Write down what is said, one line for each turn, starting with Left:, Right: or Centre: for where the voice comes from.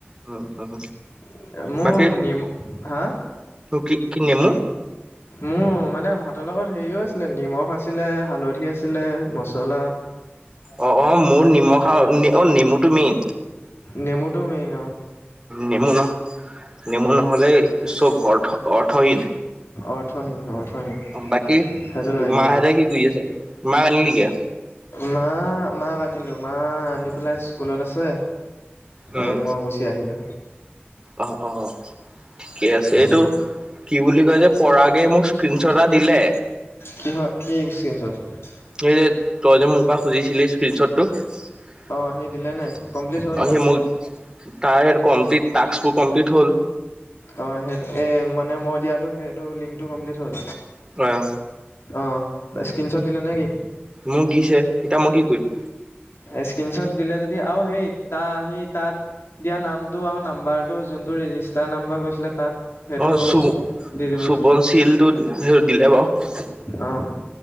Right: উম উম
Left: <unintelligible>
Right: বাকী
Left: হা।
Right: কি কি নেমু?
Left: মোৰো মানে ভাতৰ লগত হেৰিও আছিলে, নিমখ আছিলে। হালধি আছিলে, মচলা
Right: অ', অ', মোৰ নিমখ আৰু অ', নেমুটো মেইন।
Left: নেমুটো মেইন অ'।
Right: নেমুনা, নেমুনা হলে চব অৰ্থ-অৰ্থহীন।
Left: অৰ্থহীন অৰ্থহীন
Right: বাকী
Left: সেইটো লাগে
Right: মাহেঁতে কি কৰি আছে? মাক আনিলিগে?
Left: মা, মাক আনিলো। মা আনি পেলাই স্কুলত আছে।
Right: উম
Left: এ মই গুচি আহিলো।
Right: অ', অ', ঠিকেই আছে, এইটো
Left: উম
Right: কি বুলি কয় যে পৰাগে মোৰ <unintelligible> এটা দিলে।
Left: কি হয় <unintelligible>
Right: এই যে, তই যে মোৰ পৰা খুজিছিলি স্ক্ৰীনশ্বত। <unintelligible>
Left: অ সি দিলে নে কমপ্লিট হ'ল
Right: অ',
Left: তাৰ
Right: সি মোক, তাৰ <unintelligible> কমপ্লিট টাস্কবোৰ কমপ্লিট হল।
Left: অ সেই এই মানে মই দিয়াটো সেইটো লিংকটো কমপ্লিট হল।
Right: আহ।
Left: অ স্ক্ৰীনশ্বট দিলে নে কি?
Right: মোক দিছে, এতিয়া মই কি কৰিম?
Left: এই স্ক্ৰীনশ্বট দিলে যদি আৰু হেৰি তা আহি তাত দিয়া নামটো আৰু নাম্বাৰটো জোনটো ৰেজিষ্টাৰ নাম্বাৰ গৈছিলে তাত সেইটো
Right: অ', চু-চুবঞ্চিলটোত
Left: দি দিবলৈ ক
Right: সেইটো দিলে বাৰু।
Left: অ',